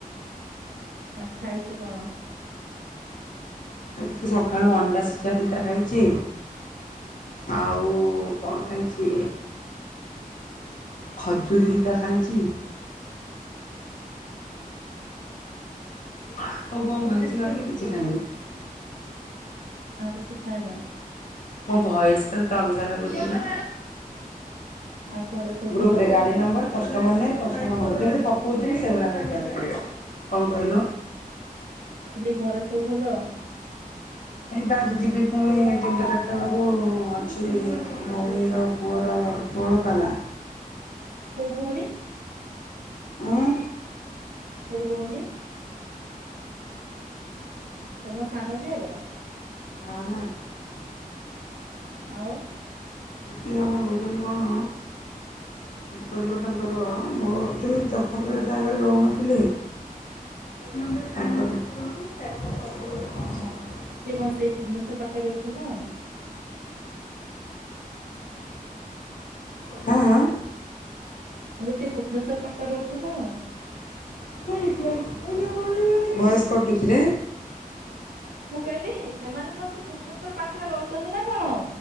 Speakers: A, on the right (about 80°); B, on the left (about 60°).
A: ଆ ଖାଇଛୁ କଣ?
B: ସେ ସକାଳୁ ଅଣ୍ଡା ଶିଖା ଦୁଇଟା ଖାଇଛି ଆଉ କଣ ଖାଇଛି? ଖଜୁରୀ ଦିଟା ଖାଇଛି। ଆଉ କଣ ଖାଇଛି ଗା କିଛି ଖାଇନି।
A: ଆଉ କିଛି ଖାଇଲ?
B: ମୋ ଭଏସ ଟା ଏତେ ଅଲଗା ଲାଗୁଥିଲା?
A: ଆଉ ଘରେ ସବୁ
B: ଗ୍ରୁପ
A: ଭଲ
B: ରେ ଗାଡି number customer name customer number ଯେମିତି କହୁଥିଲି ସେଭଳିଆ ପକେଇବାକୁ ପଡ଼ିବ କଣ କହିଲୁ?
A: କହିଲି ଘରେ ସବୁ ଭଲ?
B: ଏ ବା ଆଜି ଯିବି ପୁଣି ତିନିଟା ଚାରିଟା ବେଳକୁ ଅଛି ଭଉଣୀର ପୁଅର ଷୋଳପାଲା।
A: କୋଉ ଭଉଣୀ?
B: ଉଁ।
A: ହଉ ଭଉଣୀ। ତମ ସାନଝିଅର?
B: ନା ନା।
A: ଆଉ।
B: ଏ ଆମର କଣ? କହିଲୁ ତାଙ୍କର ମୋ ଯେଉଁ ଚଖପୁର ଯାହା ଘରେ ରହୁନଥିଲି।
A: ହୁଁ।
B: <unintelligible>
A: ଓହୋ ସେ କଣ ସେଇ ଭୁବନେଶ୍ୱର ପାଖରେ ରହୁଛ ନା?
B: ହାଁ ହାଁ।
A: ହେଲେ ସେ ଭୁବନେଶ୍ୱର ପାଖରେ ରହୁଛ ନା କଣ?
B: <unintelligible> ଭଏସ କଟୁଛିରେ
A: ମୁଁ କହିଲି ସେମାନ କଣ ସେ ଭୁବନେଶ୍ଵର ପାଖରେ ରହୁଛନ୍ତି ନା କଣ?